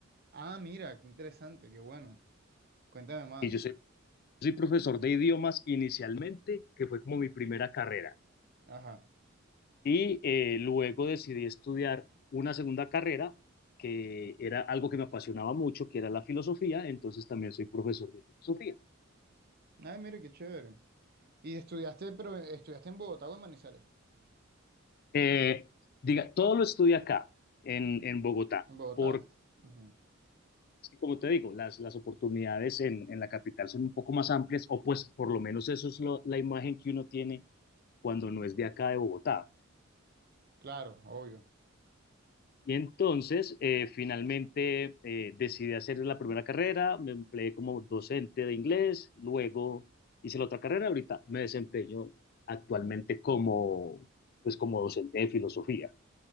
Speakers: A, on the right; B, on the left.
A: Ah, mira, qué interesante, qué bueno. Cuéntame más.
B: y yo soy, soy profesor de idiomas inicialmente, que fue como mi primera carrera.
A: Ajá.
B: Y eh, luego decidí estudiar una segunda carrera que era algo que me apasionaba mucho, que era la filosofía, entonces también soy profesor de filosofía.
A: Ay, mira, qué chévere. ¿Y estudiaste, pero estudiaste en Bogotá o en Manizales?
B: Eh, diga, todo lo estudia acá, en, en Bogotá,
A: En Bogotá.
B: porque,
A: Ujú.
B: como te digo, las, las oportunidades en, en la capital son un poco más amplias, o pues por lo menos eso es lo- la imagen que uno tiene cuando no es de acá de Bogotá.
A: Claro, obvio.
B: Y entonces, eh, finalmente, eh, decidí hacer la primera carrera, me empleé como docente de inglés, luego hice la otra carrera, ahorita me desempeño actualmente como, pues como docente de filosofía.